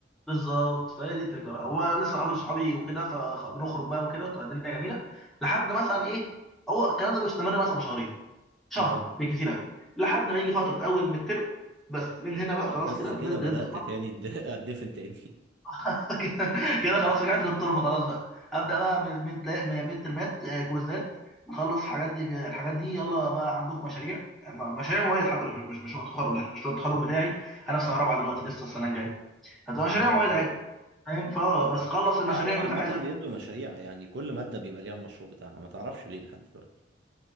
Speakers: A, in the centre; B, on the right.
A: بالظبط فهي دي الفكره بقى هو لسه قابل صحابي وكده فبنخرج بقى وكده وتبقى الدنيا جميله لحد مثلا ايه هو الكلام ده بيستمر مثلا شهرين شهر
B: اه
A: بالكتير قوي لحد ما يجي فتره اول من الترم بس من هنا بقى خلاص
B: بس
A: كده بنبدا
B: كده بدأت تاني الد- <laughs> اتدفن تاني
A: <laughs> كده خلاص رجعت للتربه خلاص بقى ابدا بقى من ميد ميد ترمات آه، كويزات نخلص الحاجات دي الحاجات دي يلا بقى عندكم مشاريع م- مشاريع مواد حتى مش مش مشروع تخرج يعني مشروع التخرج بتاعي انا في سنه رابعه دلوقتي لسه السنه الجايه هتبقى مشاريع
B: اه
A: مواد عادي فاهم فا بس خلص المشاريع
B: لا هم عامة
A: بتاعتك
B: بيدوا مشاريع يعني كل مادة بيبقى ليها المشروع بتاعها ما تعرفش ليه لحد دلوقتي